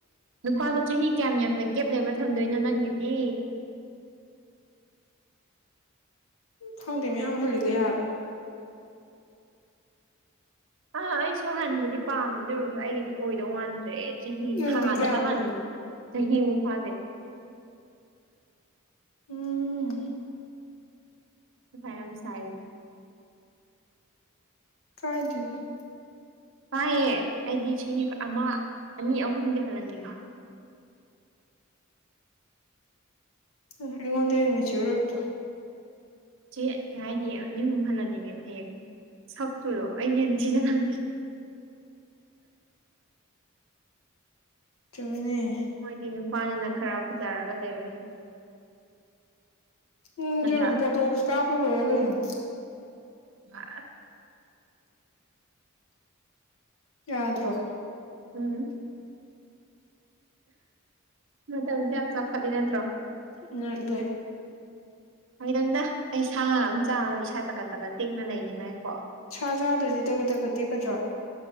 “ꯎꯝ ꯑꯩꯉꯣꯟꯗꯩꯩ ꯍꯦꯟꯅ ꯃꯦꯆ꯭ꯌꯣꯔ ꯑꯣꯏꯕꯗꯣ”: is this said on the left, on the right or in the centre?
Left